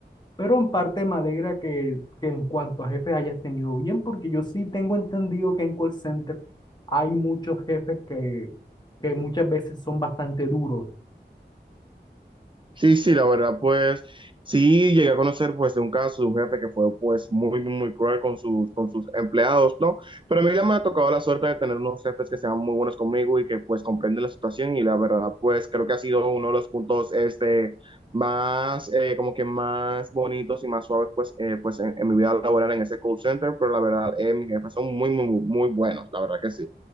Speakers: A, on the left; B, on the right.
A: Pero en parte me alegra que, que en cuanto a jefes hayas tenido bien, porque yo sí tengo entendido que en call center hay muchos jefes que, que muchas veces son bastante duros
B: Sí, sí, la verdad, pues sí llegué a conocer pues de un caso de un jefe que fue pues muy, muy muy cruel con sus, con sus empleados, ¿no? Pero a mí ya me ha tocado la suerte de tener unos jefes que sean muy buenos conmigo y que pues comprenden la situación y la verdad, pues creo que ha sido uno de los puntos este más, eh, como que más bonitos y más suaves pues, eh, pues en, en mi vida laboral en ese call center, pero la verdad, eh, mis jefes son muy, muy, muy muy buenos, la verdad que sí.